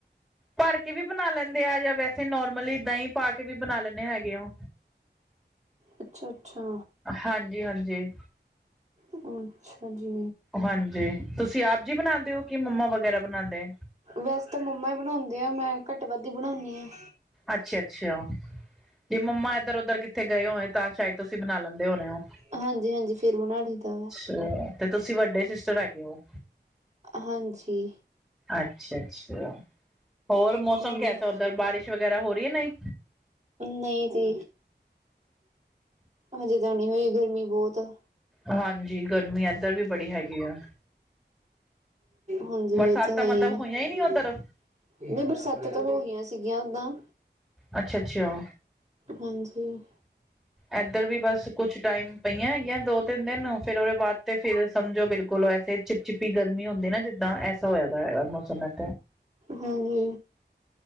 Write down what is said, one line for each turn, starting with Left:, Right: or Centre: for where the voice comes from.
Centre: ਭਰ ਕੇ ਵੀ ਬਨਾ ਲੈਂਦੇ ਆ ਜਾਂ ਵੈਸੇ ਨੋਰਮਲੀ ਦਹੀਂ ਪਾ ਕੇ ਵੀ ਬਨਾ ਲੈਂਨੇ ਹੈਗੇ ਆਂ।
Right: ਅੱਛਾ-ਅੱਛਾ।
Centre: ਹਾਂਜੀ-ਹਾਂਜੀ।
Right: ਅੱਛਾ ਜੀ।
Centre: ਹਾਂਜੀ, ਤੁਸੀਂ ਆਪ ਜੀ ਬਨਾਂਦੇ ਹੋ ਕਿ ਮੰਮਾ ਵਗੈਰਾ ਬਨਾਂਦੇ?
Right: ਵੈਸੇ ਤਾਂ ਮੰਮਾ ਈ ਬਨਾਂਦੇ ਐ, ਮੈਂ ਘੱਟ ਵੱਧ ਹੀ ਬਣਾਨੀ।
Centre: ਅੱਛਾ-ਅੱਛਾ। ਜੇ ਮੰਮਾ ਏਧਰ ਉੱਧਰ ਕਿੱਥੇ ਗਏ ਹੋਏ ਤਾਂ ਸ਼ਾਇਦ ਤੁਸੀਂ ਬਨਾ ਲੈਂਦੇ ਹੋਣੇ ਹੋ।
Right: ਹਾਂਜੀ-ਹਾਂਜੀ, ਫ਼ੇਰ ਬਣਾਂ ਲਈ ਦਾ ਵਾ।
Centre: ਹੂੰ ਤੇ ਤੁਸੀਂ ਵੱਡੇ ਸਿਸਟਰ ਹੈਗੇ ਓ?
Right: ਹਾਂਜੀ।
Centre: ਅੱਛਾ-ਅੱਛਾ, ਹੋਰ ਮੌਸਮ
Right: ਹਾਂਜੀ
Centre: ਕੈਸਾ ਉੱਧਰ ਬਾਰਿਸ਼ ਵਗੈਰਾ ਹੋ ਰੀ ਹੈ ਨੀ?
Right: ਨਈ ਜੀ, ਹਜੇ ਤਾਂ ਨੀ ਹੋਈ ਗਰਮੀ ਬੋਤ ਐ।
Centre: ਹਾਂਜੀ ਗਰਮੀ ਏਧਰ ਵੀ ਬੜੀ ਹੈਗੀ ਐ।
Right: ਹਾਂਜੀ,
Centre: ਬਰਸਾਤਾਂ
Right: ਐ ਤੇ ਹੈਈ
Centre: ਮਤਲਬ
Right: ਐ।
Centre: ਹੋਈਆਂ ਹੀ ਨੀ ਉੱਧਰ
Right: ਨਹੀਂ ਬਰਸਾਤਾਂ ਤਾਂ ਹੋ ਗਈਆਂ ਸੀਗੀਆਂ ਓਦਾਂ
Centre: ਅੱਛਾ ਅੱਛਾ
Right: ਹਾਂਜੀ।
Centre: ਏਧਰ ਵੀ ਬਸ ਕੁੱਛ ਟਾਈਮ ਪਈਆਂ ਹੈਗੀਆਂ ਦੋ ਤਿੰਨ ਦਿਨ ਫਿਰ ਉਹਦੇ ਬਾਦ ਤੇ ਫ਼ਿਰ ਸਮਝੋ ਬਿਲਕੁਲ ਐਸੇ ਚਿਪ ਚਿਪੀ ਗਰਮੀ ਹੁੰਦੀਂ ਨਾ ਜਿੱਦਾਂ ਹੋਇਆਂ ਦਾ ਹੈ ਮੌਸਮ <unintelligible>
Right: ਹਾਂਜੀ।